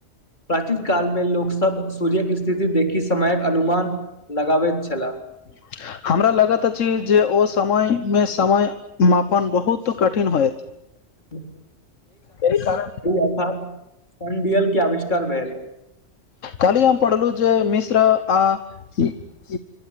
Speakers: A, on the left; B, on the left.
A: प्राचीन कालमे लोक सब सूर्यक स्थिति देखि समयक अनुमान लगाबैत छला
B: ह <inaudible> हमरा लगत अछि जे ओ समय मे समय मापन बहुत कठिन होयत
A: ह <inaudible>
B: कह
A: अर्थात सनडियल के आविष्कार भेल
B: काली आम पढ़लू जे मिस <unintelligible>